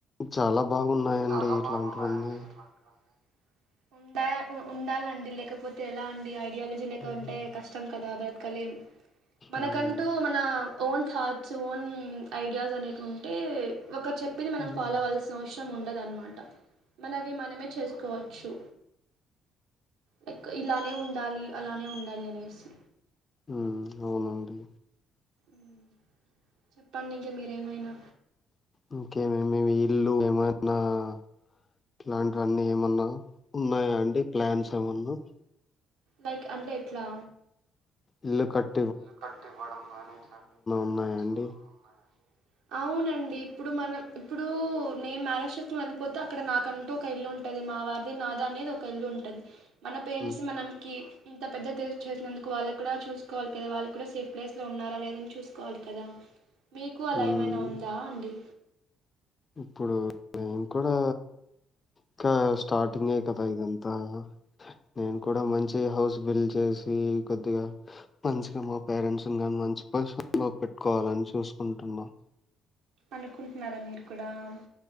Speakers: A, on the left; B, on the right.
A: చాలా బాగున్నాయండి
B: చాలా
A: ఇట్లాంటివన్నీ
B: బాగున్నాయండి ఇట్లాంటివన్నీ ఉండాయ్ ఉ ఉండాలండీ లేకపోతేే ఎలా అండీ అయి ఐడియాలజీ లేక
A: ఉమ్,
B: ఉంటే కష్టం కదా <inaudible> కలీం మనకంటూ
A: ఉమ్.
B: మన ఓన్ థాట్స్ సోన్ ఐడియాస్ అనేటిఉన్ అంటే ఒక చెప్పి మనం
A: ఉమ్
B: ఫాలో అవాల్సిన అవసం ము ఉండదన్మాట మనవి మనమే చేసుకోవచ్చు లైక్ ఇలానే ఉండాలి అలానే ఉండాలి అనేసి
A: మ్మ్ అవునండి
B: మ్ చెప్పండి ఇంకా మీరేమైనా
A: ఇంకేమేమి ఇల్లు ఏమన్నా ఆ ఇలాంట్ అన్నీ ఏమన్నా ఉన్నాయా అండి ప్లాన్స్ ఏమన్నా
B: లైక్ అంటే ఎట్లా
A: ఇల్లుకట్
B: ఇల్లు కట్టి ఇవ్వడం గాని ఇట్లాంటి ప్లాన్స్
A: ఉన్నాయా అండి
B: ఏమన్నా ఉన్నాయా అండి అవునండి ఇప్పుడు మనం ఇప్పుడు ఊ నేను మ్యారేజ్ చేసుకొని వెళ్ళిపోతే అక్కడ నాకంటూ ఒక ఇల్లు ఉంటది మా వారిది నాది అనేది ఒక ఇల్లు ఉన్ మన పేరెంట్స్
A: ఉమ్
B: మనంకి ఇంత పెద్ద ద చేసినందుకు వాళ్ళకి ఇక్కడ చూసుకోవాలి ద వాళ్ళు కూడా సేఫ్ ప్లేస్లో ఉన్నారా లేదని చూసుకోవాలి కదా మీకు అలా
A: ఉమ్
B: ఏమైనా ఉందా అండి
A: ఇప్పుడు నేన్ కూడా ఇంకా స్టార్టింగే కదా ఇదంతా నేను కూడా మంచి హౌస్ బిల్డ్ చేసి కొద్దిగా మంచిగా మా పేరెంట్స్ నీ గాని మంచి పొసిషన్ లో పెట్టుకోవాలని చూసుకుంటున్న
B: అనుకుంటున్నారా మీరు కూడా అమ్